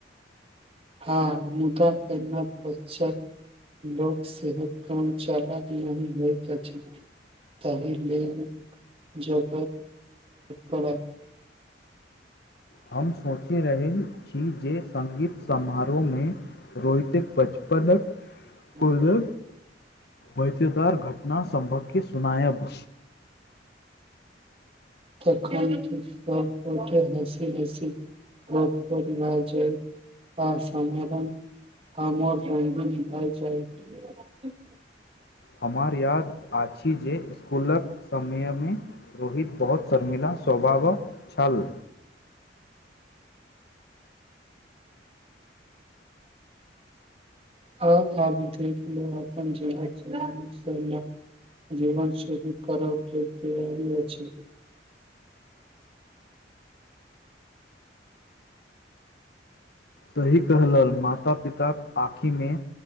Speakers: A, on the right; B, on the left.
A: हँ मुदा कन्या पक्षक लोक सेहो काम चालक नहि होइत अछि, तहि लेल जग पड़त।
B: हम सोचि रहल छी जे संगीत समारोह में रोहितक बचपनक
A: तखन
B: कोनो मजेदार घटना सभके सुनायब।
A: तखन त सब गोटे हँसी-हँसी भ भ जा आ समाधान हमर लग भ जायत।
B: हमरा याद अछि जे इस्कुलक समय में रोहित बहुत शर्मिला स्वभाव छल।
A: आ आ विधेक अपन ज जीवन शुरू कर अछि।
B: सही कहलऽ माता-पिताक आँखि में